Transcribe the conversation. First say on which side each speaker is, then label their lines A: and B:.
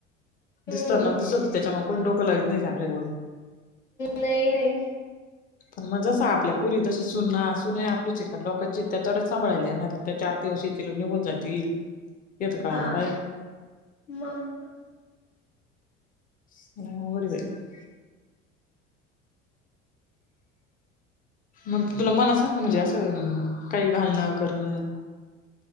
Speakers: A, on the left; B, on the left.
A: हम्म
B: दिसतना दिसत त्याच्यामुळ कोण डोक लागत नाही त्यांना एवढं.
A: नाही नाही.
B: पण मग जसा आपल्या पुरी तशी सुन ना सुन आपली चित लोकांचीत्या थोच सांभाळायली येणार त्या चार दिवस तिला निघून जातील. येतं कळायला
A: हा
B: पाहिजे
A: मग
B: <unintelligible> मग तुला मनासारखं म्हणजे असं काही घालणं करणं